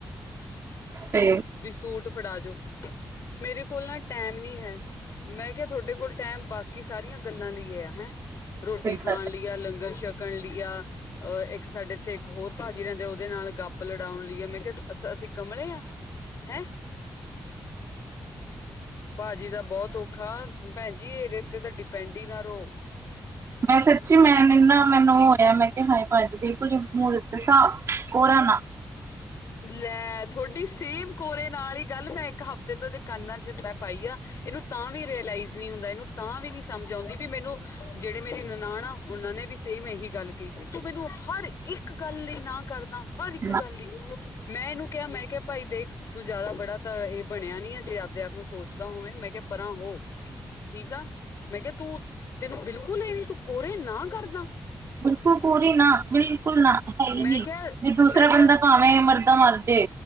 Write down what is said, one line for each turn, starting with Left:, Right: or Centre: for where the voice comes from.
Right: ਤੇ
Left: ਵੀ ਸੂਟ ਫੜਾ ਜੋ ਮੇਰੇ ਕੋਲ ਨਾ ਟੈਮ ਨੀ ਹੈ। ਮੈਂ ਕਿਹਾ ਥੋਡੇ ਕੋਲ ਟੈਮ ਬਾਕੀ ਸਾਰੀਆਂ ਗੱਲਾਂ ਲਈਏ ਹੈਂ। ਰੋਟੀ
Right: ਫਿਰ
Left: ਖਾਨ ਲਈ ਆ ਲੰਗਰ ਛਕਣ ਲਈ ਆ ਅਹ ਇੱਕ ਸਾਡੇ ਇੱਥੇ ਇੱਕ ਹੋਰ ਭਾਜੀ ਰਹਿੰਦੇ ਉਹਦੇ ਨਾਲ ਗੱਪ ਲੜਾਉਣ ਲਈ ਏ ਮੈਂ ਕਿਹਾ ਅ ਅਸੀਂ ਕਮਲੇ ਆ। ਹੈਂ। ਭਾਜੀ ਦਾ ਬੋਤ ਔਖਾ ਭੈਨ ਜੀ ਇਹਦੇ ਤੇ ਤਾਂ ਡਿਪੈਂਡ ਹੀ ਨਾ ਰੋ।
Right: ਮੈਂ ਸੱਚੀ ਮੈਂ ਨ ਨਾ ਮੈਨੂੰ ਹੋਇਆ ਮੈਂ ਕਿ ਹਾਏ ਭਾਜੀ ਬਿਲਕੁਲ ਈ ਮੂੰਹ ਤੇ ਸਾਫ ਕੋਰਾ ਨਾ।
Left: ਲੈ ਤੁਹਾਡੀ ਸੇਮ ਕੋਰੇ ਨਾਲ ਹੀ ਗੱਲ ਮੈਂ ਇੱਕ ਹਫ਼ਤੇ ਤੋਂ ਉਹਦੇ ਕੰਨਾ ਚ ਮੈਂ ਪਾਈ ਆ। ਇਹਨੂੰ ਤਾਂ ਵੀ ਰੇਅਲਾਈਜ਼ ਨਹੀਂ ਹੁੰਦਾ ਇਹਨੂੰ ਤਾਂ ਵੀ ਨੀ ਸਮਜ ਆਉਂਦੀ ਵੀ ਮੈਨੂੰ ਜਿਹੜੇ ਮੇਰੀ ਨਨਾਣ ਆ ਉਹਨਾਂ ਨੇ ਵੀ ਸੇਮ ਇਹੀ ਗੱਲ ਕਹੀ ਤੂੰ ਮੈਨੂੰ ਹਰ ਇੱਕ ਗੱਲ ਲਈ ਨਾ ਕਾਰਦਾ ਹਰ ਇੱਕ
Right: ਨਾ
Left: ਗੱਲ ਲਈ। ਮੈਂ ਇਹਨੂੰ ਕਿਹਾ ਮੈਂ ਕਿਹਾ ਭਾਈ ਦੇਖ ਤੂੰ ਜੇਦਾ ਬੜਾ ਤਾਂ ਇਹ ਬਣਿਆ ਨੀ ਆ ਜੇ ਆਪਦੇ ਆਪ ਨੂੰ ਸੋਚ ਪੁੱਛਦਾ ਹੋਵੇ ਮੈਂ ਕਿਹਾ ਪਰਾਂ ਹੋ ਠੀਕ ਆ। ਮੈਂ ਕਿਹਾ ਤੂੰ ਤੈਨੂੰ ਬਿਲਕੁਲ ਇਹ ਨੀ ਤੂੰ ਕੋਰੇ ਨਾ ਕਾਰਦਾ।
Right: ਬਿਲਕੁਲ ਕੋਰੀ ਨਾ ਬਿਲਕੁਲ ਨਾ ਹੈ ਈ
Left: ਮੈਂ
Right: ਨਹੀਂ
Left: ਕਿਹਾ
Right: ਵੀ ਦੂਸਰਾ
Left: ਮੈਂ ਕਿਹਾ
Right: ਬੰਦਾ ਭਾਵੇਂ ਮਰਦਾ ਮਰ ਜੇ